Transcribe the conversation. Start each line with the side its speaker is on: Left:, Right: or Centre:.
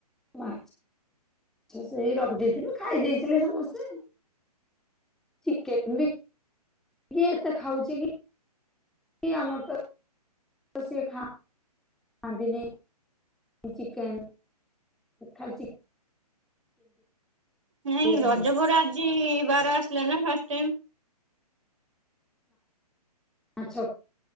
Centre: ମାଛଛ ସେଇ ରଖିଦେଇଥିଲୁ ଖାଇ ଦେଇେଇଥିଲି ସମସ୍ତେ ଚିକେନ ବି କି ଏତେ ଖାଉଛି କି ଆମର ତ ସେ ଖା ଖାଆନ୍ତିିନ ଚିକେ ଖାଲି
Right: ନାଇଁ
Centre: ଟିକେ
Right: ରଜପୁର
Centre: ଖାଆନ୍ତି
Right: ଆଜି ବାର ଆସିଲା ନା ଫାଇ
Centre: ଆଛ